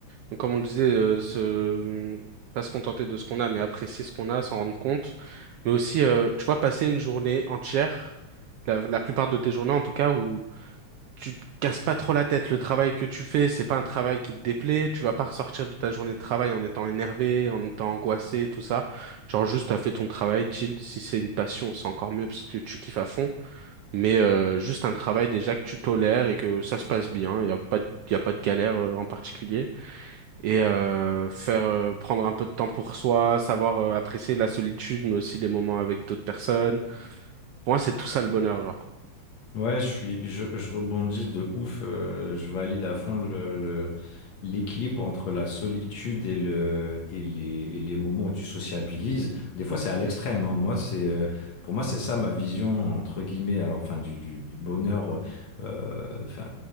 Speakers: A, on the right (about 80°); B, on the left (about 65°).
A: donc, Comme on le disait, euh, se... mm, pas se contenter de ce qu'on a, mais apprécier ce qu'on a, s'en rendre compte. Mais aussi, euh, tu vois, passer une journée entière, la, la plupart de tes journées en tout cas, où tu te casses pas trop la tête. Le travail que tu fais, c'est pas un travail qui te déplaît. Tu vas pas ressortir de ta journée de travail en étant énervé, en étant angoissé, tout ça. Genre juste, t'as fait ton travail, chill. Si c'est une passion, c'est encore mieux parce que tu kiffes à fond. Mais euh, juste un travail déjà que tu tolères et que ça se passe bien. Il y a pas de, y a pas de galère euh, en particulier et euh, faire euh, prendre un peu de temps pour soi, savoir euh, apprécier la solitude, mais aussi les moments avec d'autres personnes. Pour moi, c'est tout ça le bonheur, genre.
B: Ouais, je suis, je, je rebondis de ouf. euh, je valide à fond le, le- l'équilibre entre la solitude et le, et les, et les moments où tu sociabilises. Des fois, c'est à l'extrême. hein. Moi, c'est, euh, pour moi, c'est ça ma vision entre guillemets. Alors, enfin, du, du, du bonheur. euh, enfin,